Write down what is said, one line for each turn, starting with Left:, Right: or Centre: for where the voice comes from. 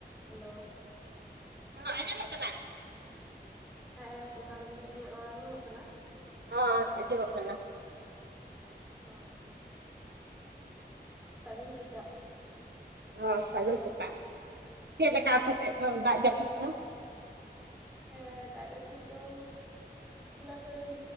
Centre: Hello
Right: <unintelligible> ᱟᱸᱡᱚᱢᱚᱜ ᱠᱟᱱᱟ
Centre: ᱦᱮᱸ ᱡᱚᱦᱟᱨ ᱜᱮ ᱤᱧᱟᱹᱜ ᱨᱚᱲ ᱟᱸᱡᱚᱢᱚᱜ ᱠᱟᱱᱟ
Right: ᱦᱳᱭ ᱟᱸᱡᱚᱢᱚᱜ ᱠᱟᱱᱟ
Centre: <unintelligible> ᱥᱟᱹᱜᱩᱱ ᱥᱮᱛᱟᱜ
Right: ᱦᱳᱭ ᱥᱟᱜᱩᱱ ᱥᱮᱛᱟᱜ <unintelligible> ᱪᱮᱫ ᱞᱮᱠᱟ ᱟᱯᱮ ᱥᱮᱫ ᱫᱚ ᱫᱟᱜ ᱡᱟᱹᱯᱩᱫ <unintelligible>
Centre: ᱦᱮᱸ ᱫᱟᱜ ᱡᱟᱹᱯᱩᱫ ᱫᱚ <unintelligible> ᱦᱚᱞᱟ ᱫᱚᱭ